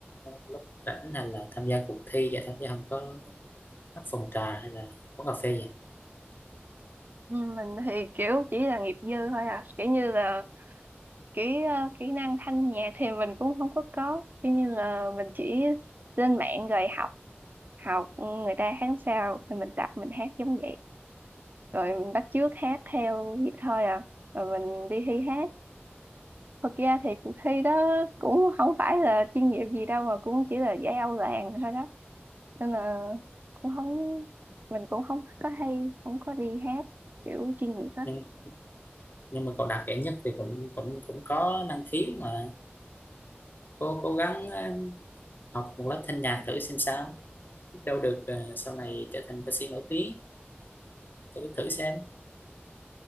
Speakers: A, on the left (about 50°); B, on the right (about 50°).
A: lúc rảnh hay là tham gia cuộc thi vậy thôi chứ không có hát phòng trà hay là quán cà phê vậy
B: Ừ, mình thì kiểu chỉ là nghiệp dư thôi à kiểu như là cái ờ, kỹ năng thanh nhạc thì mình cũng không có có kiểu như là mình chỉ lên mạng rồi học học người ta hát sao thì mình tập mình hát giống vậy rồi mình bắt chước hát theo vậy thôi à rồi mình đi thi hát Thực ra thì cuộc thi đó cũng không phải là chuyên nghiệp gì đâu mà cũng chỉ là giải Âu làng thôi đó nên là cũng không mình cũng không có hay không có đi hát kiểu chuyên nghiệp á
A: nhưng nhưng mà cậu đạt giải nhất thì cũng cũng cũng có năng khiếu mà cố cố gắng ờ, học một lớp thanh nhạc thử xem sao biết đâu được ờ, sau này trở thành ca sĩ nổi tiếng thử thử xem